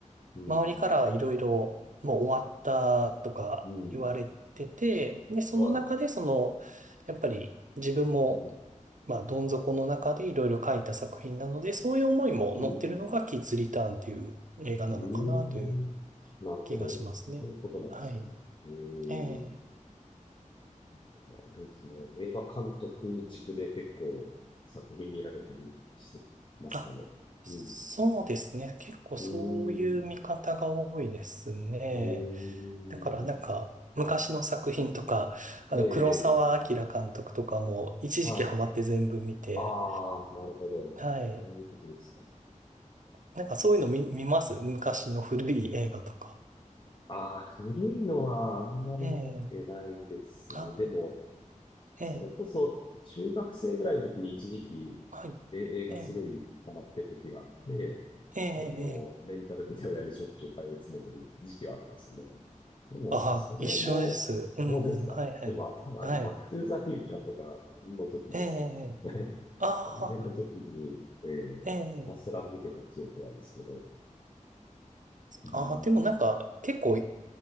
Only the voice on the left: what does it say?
うん、
うん、うん。
はい。
うん、
うん、うん。うーん。なるほど。
そういうことなんですね。
ええ、
なんか、あれですね。映画監督軸で結構作品見られたりしてますかね。
うん。
うーん。うーん。
ええ、
はい。ああ、なるほど。
そういうことですか。う
んうん
ああ、古いのはあんまり見てないですね。
でも、それこそ中学生ぐらいの時に一時期、
え映画すごいハマってる時があって、
でも、レンタルビデオ屋にしょっちゅう通い詰めてる時期はあったんですよね。でも、
そそれも、
本当ですかでも、
まあ多分あれですよ、
バックトゥーザフューチャーとかの時ですよ。
<laughs>
あの辺の時に、えーひたすら見てた記憶はあるんですけど、
うん、